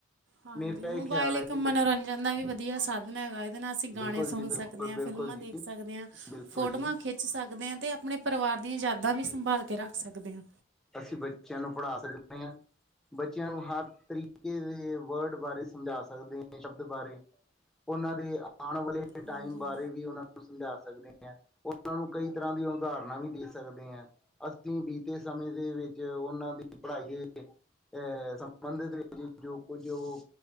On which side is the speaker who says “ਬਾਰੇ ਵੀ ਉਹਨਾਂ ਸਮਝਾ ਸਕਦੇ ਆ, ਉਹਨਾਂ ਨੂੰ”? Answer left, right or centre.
Centre